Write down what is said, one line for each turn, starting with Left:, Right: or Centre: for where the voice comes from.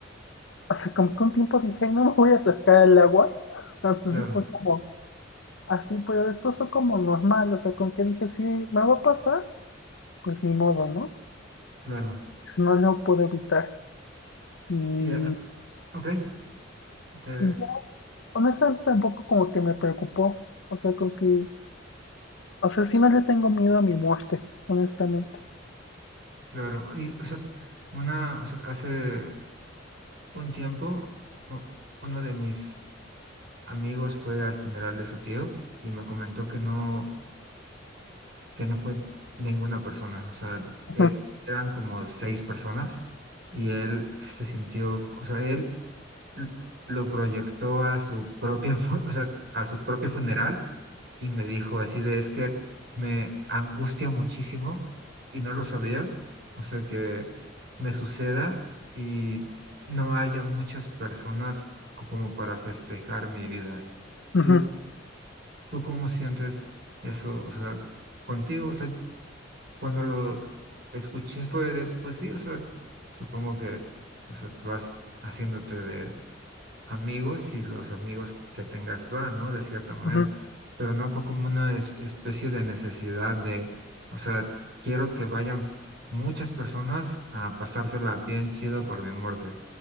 Left: O sea, como que un tiempo dije, "Ay, no me voy a sacar al agua. <laughs>
Right: Claro,
Left: Así fue como, así, pero después fue como normal. O sea, como que dije, sí, me va a pasar, pues ni modo, ¿no? O
Right: claro.
Left: sea, no lo puedo evitar. Y,
Right: Y, ah, ok, te-
Left: y ya, honestamente tampoco como que me preocupó. O sea, como que O sea, sí no le tengo miedo a mi muerte, honestamente.
Right: claro. Y, o sea, una, o sea, hace un tiempo, u- uno de mis amigos fue al funeral de su tío y me comentó que no que no fue ninguna persona, o sea,
Left: Ujú,
Right: eh, eran como seis personas y él se sintió, o sea, él l- lo proyectó a su propia, fu- <laughs> o sea, a su propio funeral y me dijo así de, es que me angustia muchísimo y no lo sabía, o sea, que me suceda y no haya muchas personas co- como para festejar mi vida.
Left: ujú,
Right: ¿Tú, tú cómo sientes eso? O sea, contigo, o sea, cuando lo escuché fue de, pues sí, o sea, supongo que, o sea, vas haciéndote de amigos y los amigos que tengas van, ¿no? De cierta manera,
Left: ujú.
Right: pero no co- como una es- especie de necesidad de, o sea, quiero que vayan muchas personas a pasársela bien chido por mi muerte.